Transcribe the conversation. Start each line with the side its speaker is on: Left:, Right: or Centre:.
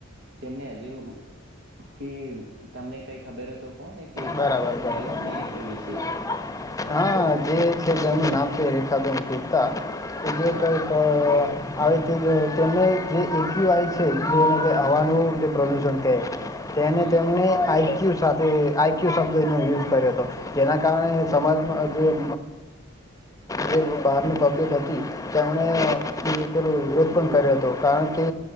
Right: તેમને હજીવ કે તમને કઈ ખબર હો તો કોને કહ
Left: બરાબર બરાબર
Right: હતું ને એકય વિશે
Left: હા જે છે તેમનું નામ છે રેખાબેન કુપ્તા એ જે
Right: હા
Left: કઈક આવેને જે એકય છે જે હવાનું જે પ્રદુષણ કે તેને
Right: હા
Left: તેમને આઈ ક્યુ સાથે આઈ ક્યુ શબ્દનો યુઝ કર્યો હતો જેના કારણે સમાજમાં જે જે બહારની પબ્લિક હતી તેમણે
Right: હમ
Left: તેનો વિરોધ પણ કર્યો હતો કારણ કે